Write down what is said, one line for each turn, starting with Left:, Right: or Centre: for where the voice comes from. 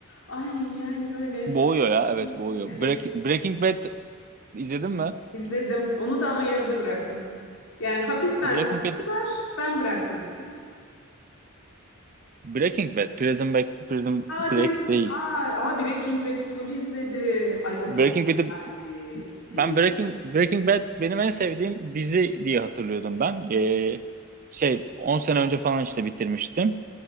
Left: Ay yani böyle
Right: Boğuyor
Left: sürekli
Right: ya evet boğuyor. Break-
Left: yani
Right: Breaking Bad İzledin mi?
Left: izledim. Onu da ama yarıda bıraktım. Yani hapisten
Right: Breaking
Left: kaçtılar
Right: Bad,
Left: ben bıraktım.
Right: Breaking Bad, Prison Break, Prison
Left: Aa Prison.
Right: Break değil.
Left: Aa, aa Breaking Bad'i full izledim. Ay o
Right: Breaking
Left: çok
Right: Bad'i
Left: güzeldi. <gasps>
Right: ben Breaking Breaking Bad benim en sevdiğim dizi diye hatırlıyordum ben. Ee, şey 10 sene önce falan işte bitirmiştim.